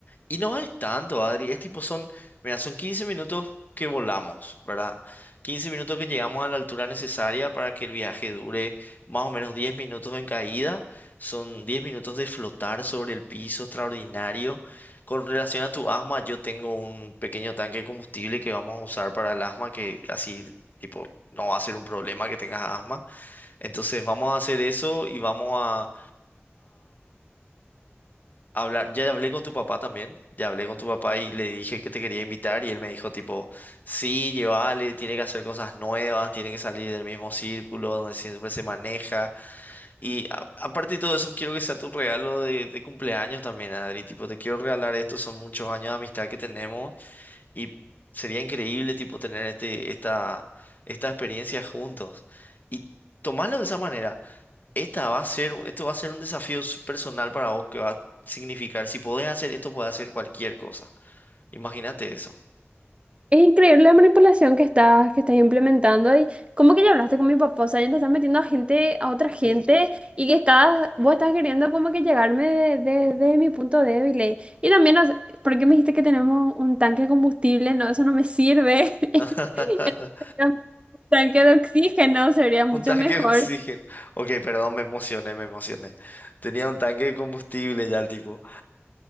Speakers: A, on the left (about 45°); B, on the right (about 25°).
A: Y no es tanto, Adri. Es tipo, son, mira, son 15 minutos que volamos, ¿verdad? 15 minutos que llegamos a la altura necesaria para que el viaje dure más o menos 10 minutos en caída. Son 10 minutos de flotar sobre el piso extraordinario. Con relación a tu asma, yo tengo un pequeño tanque de combustible que vamos a usar para el asma, que así, tipo, no va a ser un problema que tengas asma. Entonces, vamos a hacer eso y vamos a hablar, ya hablé con tu papá también, ya hablé con tu papá y le dije que te quería invitar y él me dijo tipo, sí, llévale, tiene que hacer cosas nuevas, tiene que salir del mismo círculo donde siempre se maneja y a- aparte de todo eso quiero que sea tu regalo de, de cumpleaños también, Adri, tipo, te quiero regalar esto, son muchos años de amistad que tenemos y sería increíble tipo tener este, esta, esta experiencia juntos. y Tomarlo de esa manera. Esta va a ser, esto va a ser un desafío s- personal para vos que va a significar, si podés hacer esto, podés hacer cualquier cosa. Imagínate eso.
B: Es increíble la manipulación que estás, que estás implementando y como que ya hablaste con mi papá, o sea, ya te estás metiendo a gente, a otra gente y que estás, vos estás queriendo como que llegarme de, de- de mi punto débil. eh. Y también, as- ¿por qué me dijiste que tenemos un tanque de combustible? No, eso no me sirve. <laughs>
A: <laughs>
B: Un tanque de oxígeno sería mucho
A: Un tanque
B: mejor.
A: de oxígeno. Ok, perdón, me emocioné, me emocioné. Tenía un tanque de combustible ya el tipo.